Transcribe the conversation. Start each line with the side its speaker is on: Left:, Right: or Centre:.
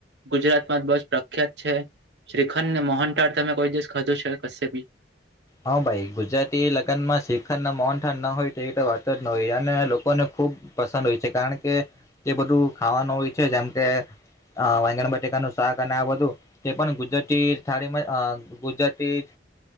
Right: ગુજરાતમાં બસ પ્રખ્યાત છે. શ્રીખંડને મોહનટાળ તમે કોઈ દિવસ કધો છે કશે બી?
Left: હા ભાઈ ગુજરાતી લગ્ન માં શીખર ના મોન થઠાણ ના હોય તેવી વાતો જ ન હોય અને લોકોને ખૂબ પસંદ હોય છે કારણ કે એ બધું ખાવાનું હોય છે જેમ કે હ વેગણ બટેકા નું શાક અને આ બધું. તે પણ ગુજરાતી થળીમાં ગુજરાતી